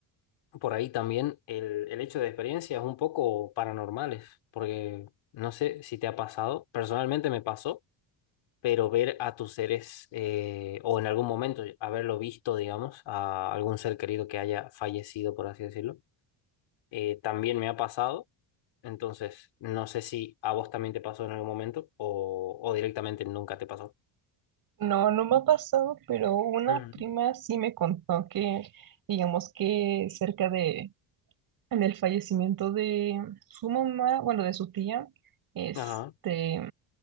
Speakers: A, on the left (about 70°); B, on the right (about 45°).
A: por ahí también el, el hecho de experiencias un poco paranormales, porque no sé si te ha pasado, personalmente me pasó, pero ver a tus seres eh, o en algún momento haberlo visto, digamos, a algún ser querido que haya fallecido, por así decirlo, eh, también me ha pasado. Entonces, no sé si a vos también te pasó en algún momento o, o directamente nunca te pasó.
B: No, no me ha pasado, pero una
A: Ujú.
B: prima sí me contó que, digamos que cerca de, en el fallecimiento de su mamá, bueno, de su tía, este,
A: Ajá,